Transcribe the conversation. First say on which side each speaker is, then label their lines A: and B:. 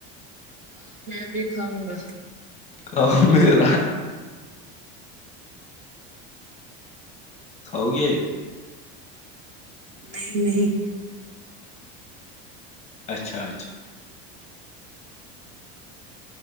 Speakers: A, on the right; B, on the left.
A: ہاں میں بھی کھاؤں گا
B: ک م ل <unintelligible> کھاؤ گے
A: نہیں نہیں
B: اچھا اچھا